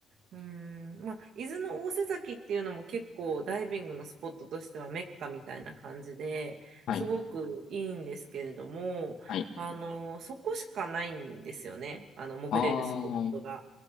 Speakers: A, on the right; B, on the left.
A: うん、まあ、伊豆の大瀬崎っていうのも結構ダイビングのスポットとしてはメッカみたいな感じですごくいいんですけれども、
B: はい、はい。
A: あの、そこしかないんですよね。あの、潜れるスポットが。
B: ああ。